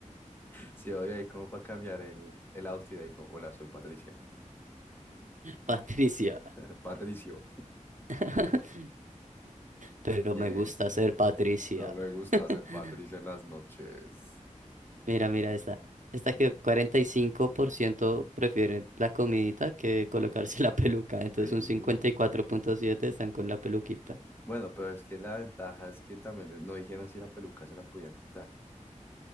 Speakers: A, on the left (about 15°); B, on the right (about 70°).
A: Sí, oye, ahí como para cambiar el, el outfit. Ahí como, Hola, soy Patricia.
B: Patricia.
A: <laughs> Patricio.
B: <laughs> Pero
A: Yeah.
B: me gusta ser Patricia.
A: No me gusta
B: <laughs>
A: ser Patricia en las noches.
B: Mira, mira esta. Esta que 45% prefieren la comidita que colocarse la <laughs> peluca. Entonces
A: Free.
B: un 54.7 están con la peluquita.
A: Bueno, pero es que la ventaja es que también no dijeron si la peluca se la podían quitar.